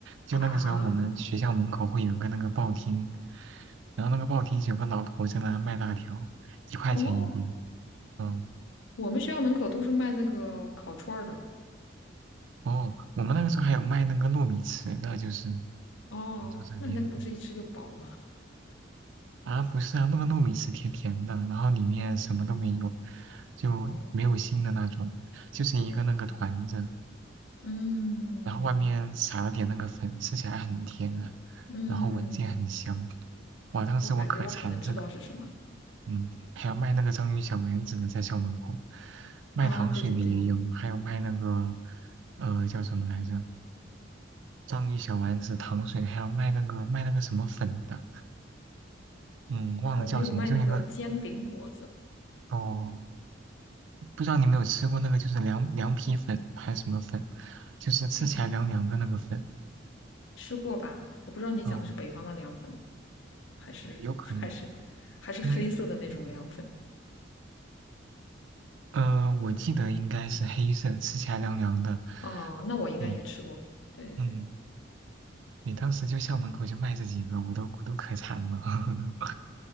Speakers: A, on the right; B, on the left.
A: 就那个时候，
B: 啊。
A: 我们学校门口会有个那个报厅，然后那个报厅是有个老头在那卖辣条，一块钱一包。
B: 哦，
A: 嗯。
B: 我们学校门口都是卖那个烤串儿的。
A: 哦，我们那个时候还有卖那个糯米糍的，就是
B: 哦，
A: 广州这边
B: 那那个不是一吃就饱了吗？
A: 啊，不是啊，那个糯米糍甜甜的，然后里面什么都没有，就没有心的那种，
B: 哦
A: 就是一个那个团子，
B: 哦，嗯
A: 然后外面撒了点那个粉，吃起来很甜啊，
B: 嗯，
A: 然后闻起来很香。哇，当时我可馋这个，
B: 我感觉我可能知道是什么
A: 嗯，还有卖那个章鱼小丸子的，在校门口，卖糖水的也有，
B: 啊，对对对，
A: 还有卖那个呃叫什么来着？章鱼小丸子、糖水，还有卖那个卖那个什么粉的，嗯，忘了叫什么，
B: 我们有卖那个煎饼果子，
A: 就一个哦，不知道你有没有吃过那个，就是凉凉皮粉还是什么粉，就是吃起来凉凉的那个粉。
B: 嗯，吃过吧？我不知道你讲的是北方的凉粉，
A: 哦，
B: 还是
A: 有可能，
B: <laughs> 还是还是黑色的那种凉粉
A: 因为呃，我记得应该是黑色，吃起来凉凉的。
B: 哦，那我应该也吃过，
A: 对，
B: 对对对，
A: 嗯，你当时就校门口就卖这几个，我都我都可馋了。<laughs>